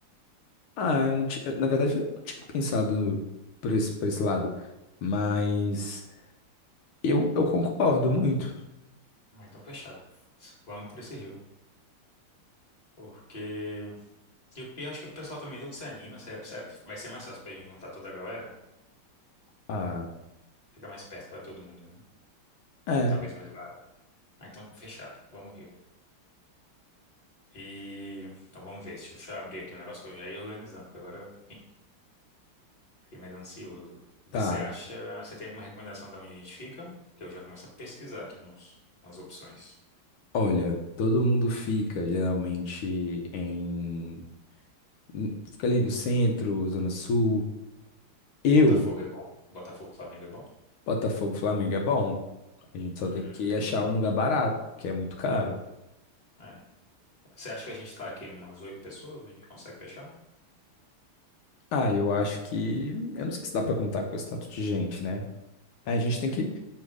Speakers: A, on the left (about 75°); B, on the left (about 20°).
A: Ah, eu não ti- na verdade, eu não tinha pensado por esse, por esse lado, mas eu, eu concordo muito.
B: Ah, então fechado. Vamos por esse Rio. Porque. E eu acho que o pessoal também tudo se anima. se- se- Vai ser mais fácil pra gente juntar toda a galera.
A: Ah,
B: Fica mais perto pra todo mundo, né?
A: é,
B: Talvez mais barato. Ah, então fechado. Vamos Rio. E. Então vamos ver. Deixa eu deixa eu abrir aqui o negócio pra eu já ir organizando, que agora eu Fiquei mais ansioso. Você
A: tá.
B: acha, você tem alguma recomendação de onde a gente fica? Que eu já começo a pesquisar aqui nos, nas opções.
A: Olha, todo mundo fica geralmente em. em- Fica ali no centro, Zona Sul. Eu,
B: Botafogo é bom? Botafogo, Flamengo é bom?
A: Botafogo, Flamengo é bom. A gente só
B: Hum,
A: tem que achar um lugar barato, que é muito caro.
B: é. Você acha que a gente tá aqui umas oito pessoas? A gente consegue fechar?
A: Ah, eu acho que. Eu não sei se dá pra contar com esse tanto de gente, né? A gente tem que.